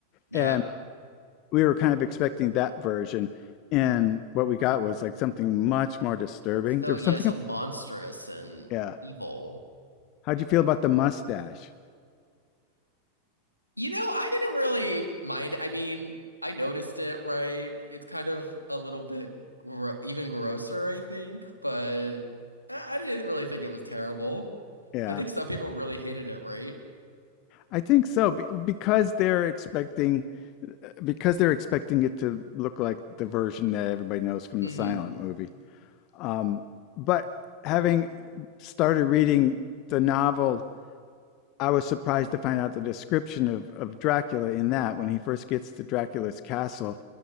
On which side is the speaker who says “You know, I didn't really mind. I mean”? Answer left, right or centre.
Left